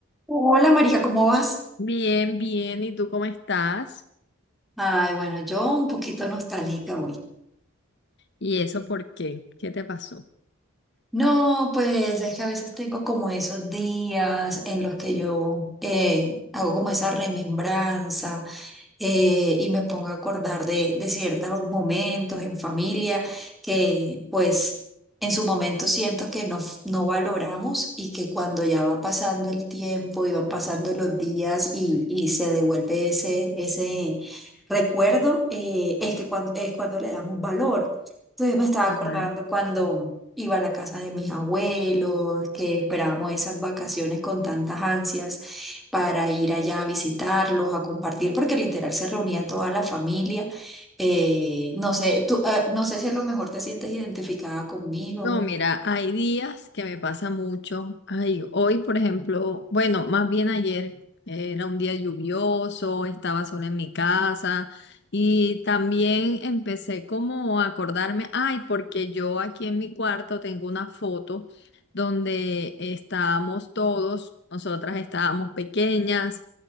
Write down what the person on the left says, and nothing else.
Bien, bien. ¿Y tú cómo estás?
¿Y eso por qué? ¿Qué te pasó?
Ajá.
No, mira, hay días que me pasa mucho. Ay, hoy, por ejemplo, bueno, más bien ayer era un día lluvioso, estaba sola en mi casa y también empecé como a acordarme, ay, porque yo aquí en mi cuarto tengo una foto donde estábamos todos, nosotras estábamos pequeñas